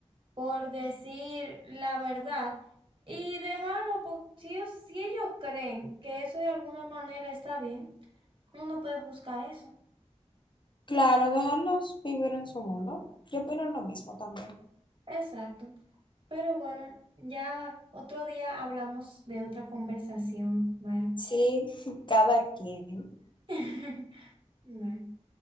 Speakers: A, on the right; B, on the left.
A: por decir la verdad y dejarlo, porque si ellos, si ellos creen que eso de alguna manera está bien, uno no puede juzgar eso.
B: Claro, dejarlos vivir en su mundo, yo opino lo mismo también.
A: Exacto. Pero bueno, ya otro día hablamos de otra conversación. Bye.
B: Sí, <laughs> cada quien.
A: <laughs> Bye.